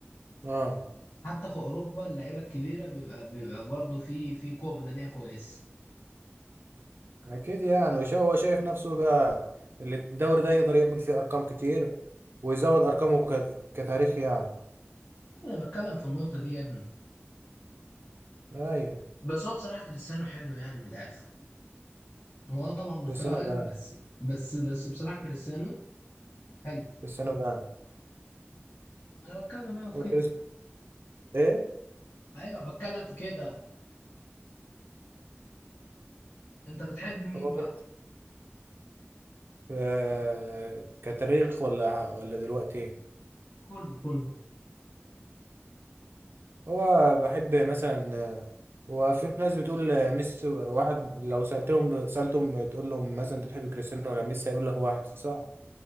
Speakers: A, on the right; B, on the left.
A: اه
B: حتى في اوروبا اللعيبه الكبيره بيبقى بيبقى برضه في في قوه بدنيه كويسه
A: اكيد يعني وشا- هو شايف نفسه بقى اللي الدوري ده يقدر يعمل فيه ارقام كتير ويزود ارقامه ك... كتاريخ يعني
B: انا بتكلم في النقطه دي يا ابني
A: ايوه
B: بس هو بصراحه كريستيانو حلو يعني من الاخر هو آه طبعا مستواه
A: كريستيانو
B: اقل
A: جان
B: بس بس بس بصراحه كريستيانو حلو
A: كريستيانو جان
B: انا بتكلم ايوه في
A: هو
B: كده
A: كريس ايه
B: ايوه بتكلم في كده انت بتحب مين
A: هو
B: بقى
A: كريس آه... كتاريخ ولا ولا دلوقتي إيه؟
B: كله كله
A: هو بحب مثلا آه، هو في ناس بتقول آه، ميسي واحد لو سألتهم سألتهم تقول لهم مثلا انت بتحب كريستيانو ولا ميسي هيقول لك واحد صح